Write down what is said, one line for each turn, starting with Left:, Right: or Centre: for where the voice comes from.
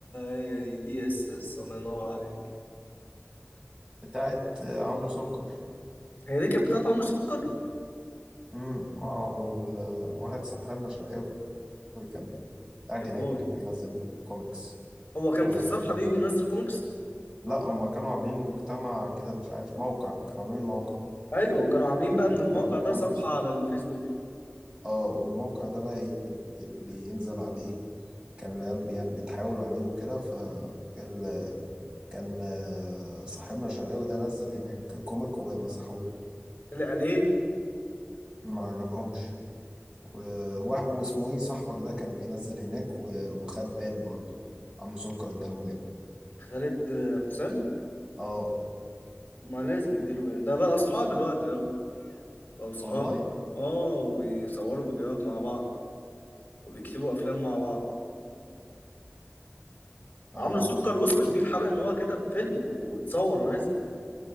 Left: هي دي الاي اس اس الله ينور عليك
Right: بتاعت عمرو سكر
Left: هي دي كانت بتاعت عمرو سكر
Right: امم اه واحد صاحبنا شرقاوي كان قاعد
Left: يا باي
Right: هناك بينزل كوميكس
Left: هو كان
Right: ولا
Left: في الصفحة دي وينزل كوميكس
Right: هما كانوا عاملين مجتمع كده مش عارف موقع كانوا عاملين موقع
Left: ايوه وكانوا عاملين بقى
Right: بينزلوا
Left: من الموقع
Right: عليه
Left: ده
Right: كوميكس
Left: صفحة على الفيسبوك
Right: اه والموقع ده بقى ايه اللي بي- اللي بينزل عليه كان العيال بي- يعني بتحاول عليه وكده ف ال... كان آه، صاحبنا الشرقاوي ده نزل هناك كوميك ومسحوه
Left: لا ليه
Right: ما عجبهمش و... و... واسمه ايه صاحبك ده كان بينزل هناك و... وخد بان برضه عم سكر اداله بان
Left: خالد حسام
Right: اه
Left: ما لازم يديله بان ده بقى اصحاب الوقت قوي بقى اصحاب
Right: والله
Left: اه وبيصوروا فيديوهات مع بعض وبيكتبوا افلام مع بعض
Right: اه
Left: عمرو سكر وصلت بيه الحلقة ان هو كتب فيلم واتصور ونزل